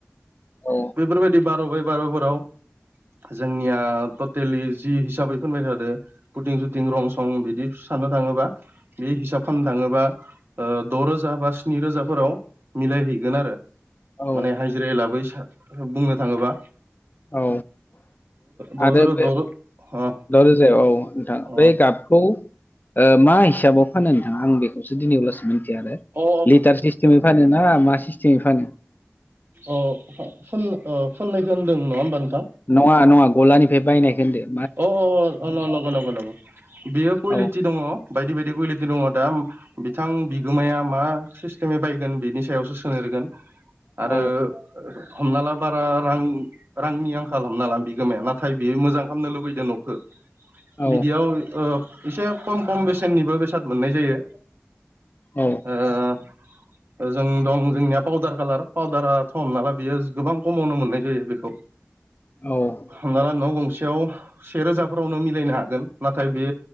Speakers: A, on the left; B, on the right.
A: औ
B: बेफोर बायदि <unintelligible> <unintelligible> जोंनिया टटेलि जि हिसाबै फोनबाय थादों फुटिं सुटिं रं सं बिदि साननो थांङोबा बे हिसाब खालामनो थाङोबा ओ द'रोजा बा स्नि रोजाफोराव मिलायहैगोन आरो
A: औ
B: माने हाजिरा एला बै बुंनो थांङोबा
A: औ
B: द'जोरो
A: आरो बे
B: द' अ
A: द रोजायाव औ नोंथां
B: अ
A: बै गाबखौ मा हिसाबाव फानो नोंथांङा आं बेखौसो दिनै अ लासो मिथिया आरो
B: अ
A: लिटार सिस्टेमै फानोना मा खिथि फानो
B: अ फुन ओ फुननायखौ होनदों नंङा होमबा नोंथां
A: नंङा नंङा गलानिफ्राय बायनायखौ होनदों
B: अ अ नंगौ नंगौ नंगौ बियो कुवलिटि
A: औ
B: दङ बायदि बायदि कुवालिटि दङ दा बिथां बिगोमाया मा सिस्टेमै बायगोन बिनि सायावसो सोनहोरगोन
A: औ
B: आरो हमना ला बारा रां रांनि आंखाल हमना ला बि गोमाया नाथाय बियो मोजां खालामनो लुबैदों न'खौ
A: औ
B: बिदियाव ओ एसे खम खम बेसेननिबो बेसाद मोननाय जायो।
A: औ
B: ओ <inaudible> जों दं जोंनिया पाउदार खालार पाउदारा थम नालाय बियो गोबां खमावनो मोननाय जायो बेखौ
A: औ
B: हमना ला न' गं सेयाव सेेरोजाफोरावनो मिलायनो हागोन नाथाय बे